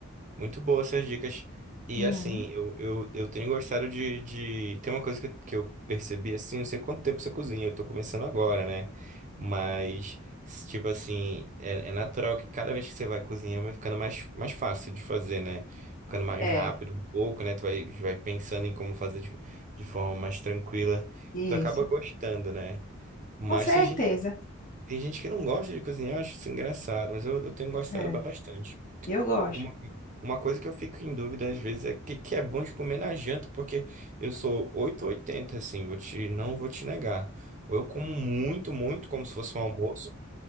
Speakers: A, on the right; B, on the left.
A: Muito boa essas dicas. E
B: Hum,
A: assim, eu, eu, eu tenho gostado de, de. Tem uma coisa que, eu- que eu percebi assim, não sei quanto tempo você cozinha, eu tô começando agora, né? Mas, s- tipo assim, é, é natural que cada vez que você vai cozinhando vai ficando mais, mais fácil de fazer, né? Ficando mais
B: É,
A: rápido um pouco, né? Tu vai, vai pensando em como fazer de, de forma mais tranquila.
B: isso.
A: Tu acaba gostando, né? Mas
B: Com certeza.
A: tem gente, tem gente que não gosta de cozinhar, eu acho isso engraçado, mas eu, eu tenho gostado
B: É,
A: bastante.
B: eu gosto.
A: Uma, uma coisa que eu fico em dúvida às vezes é o que, que é bom de comer na janta, porque eu sou oito ou oitenta assim, vou te, não vou te negar. Ou eu como muito, muito, como se fosse um almoço,